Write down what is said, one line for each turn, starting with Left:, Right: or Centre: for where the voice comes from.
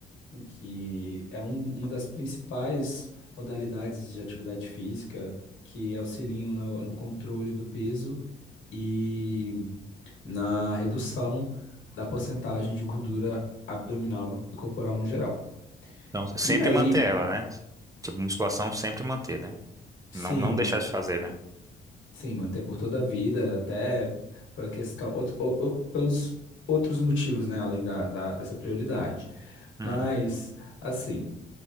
Left: que é um- uma das principais modalidades de atividade física que auxiliam no, no controle do peso e na redução da porcentagem de gordura abdominal e corporal no geral.
Right: Então, sempre
Left: E aí,
Right: manter ela, né? Tipo, musculação sempre manter, né?
Left: sim,
Right: Não, não deixar de fazer, né?
Left: Sim, manter por toda a vida, até para questão, out- o- o- pelos outros motivos, né, além da, da- dessa prioridade.
Right: Uhum.
Left: Mas, assim,